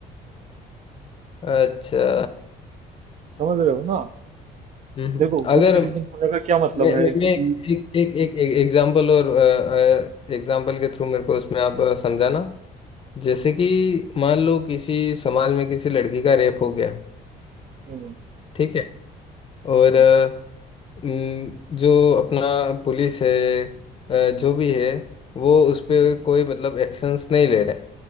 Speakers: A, on the left; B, on the right.
A: अच्छा
B: समझ रहे हो ना
A: हम्म,
B: देखो
A: अगर
B: गुड सिटीजन होने का क्या
A: मैं
B: मतलब है
A: मैं,
B: कि
A: मैं एक एक एक एग्जांपल और एग्जांपल के थ्रू मेरे को उसमें आप अ, समझाना जैसे कि मान लो किसी समाज में किसी लड़की का रेप हो गया
B: हम्म,
A: ठीक है
B: हम्म,
A: और अ, हम्म, जो अपना पुलिस है अ, जो भी है वो उस पे
B: हम्म,
A: कोई मतलब एक्शंस नहीं ले रहे